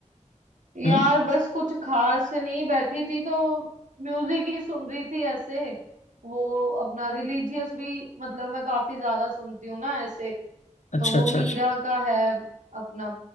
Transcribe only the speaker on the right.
यार
बस कुछ खास नहीं बैठी थी तो म्यूजिक ही सुन रही थी ऐसे वो अपना रिलीजियस भी मतलब मैं काफी ज्यादा सुनती हूँ ना ऐसे
तो वो
मीरा
का है अपना